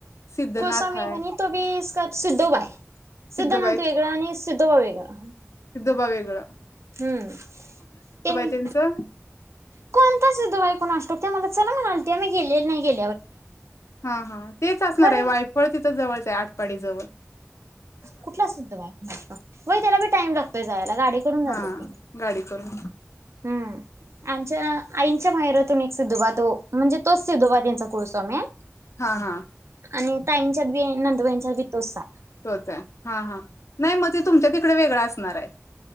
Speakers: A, on the left; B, on the right.
A: सिद्धनाथ
B: कुळस्वामी
A: हाय
B: आणि तो बी सिद्धोबा आहे सिद्धनाथ
A: सिद्धोबाई
B: वेगळा आणि सिद्धोबा वेगळा,
A: भ वेगळ
B: हम्म त्यांनी
A: त्यांचं
B: कोणताच सिद्धू बाई कुणास ठाऊक त्यांनी मला चला म ते मी गेलेले नाहीये
A: हा हा तेच असणार
B: खरं
A: आहे वायफळ तिथं जवळ आठपाडीजवळ
B: कुठला सिद्धिबा होय त्याला बी टाइम लागतोय जायला, गाडी करुन जात्यात
A: हा
B: तेनी
A: गाडी करून
B: हम्म आमच्या आईंच्या माहेरातून एक सिद्धुबा तो म्हणजे तोच सिद्धूबा तेंच्या कुळस्वामी हाय
A: हा हा
B: आणि ताईंच्या बी नंदुबाईंच्या बी तोसा
A: तोच आहे हा हा नाही मग ते तुमच्या इकड वेगळं असणार आहे.